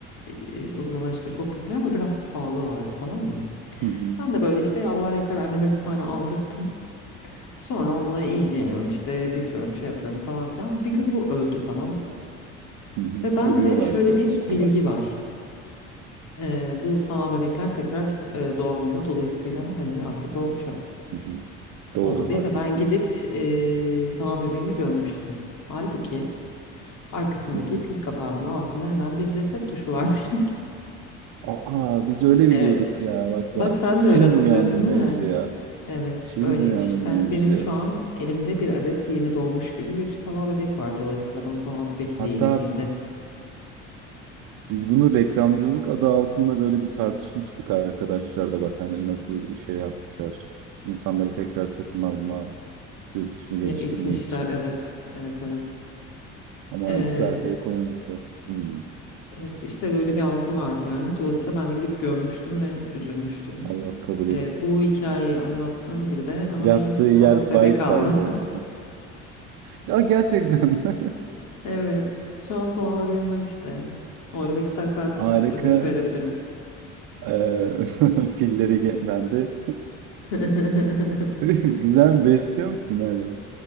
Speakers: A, on the left; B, on the right.
A: e, e, o zamanlar işte çok popüler ama biraz pahalılardı tamam mı?
B: Hı hı.
A: Ben de böyle işte yalvar yakar anneme bir tane aldırttım. Sonra onunla ilgileniyorum işte büyütüyorum şey yapıyorum falan filan. Bir gün bu öldü tamam mı?
B: Hı hı.
A: Ve bende
B: Ölüyorlardı
A: şöyle
B: zaten
A: bir
B: kolay.
A: bilgi var. Ee, bu sanal bebekler tekrar e, doğamıyor. Dolayısıyla hani artık o çöp
B: Hı hı. Doğru,
A: oldu diye
B: haklısın.
A: ve ben gidip e, sanal bebeğimi gömmüştüm. Halbuki arkasındaki
B: Hı hı.
A: pil kapağının altında hemen bir reset tuşu varmış. <laughs>
B: Aa, biz öyle
A: Evet.
B: biliyorduk ya. Bak
A: Bak
B: ben
A: sen
B: şimdi
A: de öyle hatırlıyorsun
B: uyandım
A: değil
B: mevzuya.
A: mi? Evet,
B: Şimdi
A: öyleymiş.
B: uyandım
A: Ben
B: mevzuya.
A: benim şu an elimde bir adet yeni doğmuş gibi bir sanal bebek var. Dolayısıyla bana sanal
B: <clears throat>
A: bebek
B: Hatta
A: hediye edildi.
B: Biz bunu reklamcılık adı altında böyle bir tartışmıştık arkadaşlar da bak hani nasıl bir şey yapmışlar. İnsanları tekrar satın alma dürtüsünü geliştirmek
A: Ya itmişler
B: için.
A: evet. Evet
B: Ama
A: evet.
B: halbuki arkaya koymuşlar. Hmm,
A: Evet işte öyle bir algı vardı yani. Dolayısıyla ben de gidip gömmüştüm ve üzülmüştüm.
B: Allah kabul etsin.
A: Ee, bu hikayeyi anlattığım biri de bana
B: Yattığı
A: bir sanal
B: yer
A: bebek
B: bayt
A: aldı.
B: bayt olsun.
A: <laughs>
B: Ya gerçekten <laughs>
A: Evet. Şu an sanal bebeğim var işte. Oynamak istersen
B: harika.
A: ödünç verebilirim.
B: Ee, <laughs> pilleri ge- bende.
A: <laughs>
B: <laughs> Güzel mi besliyor musun hala?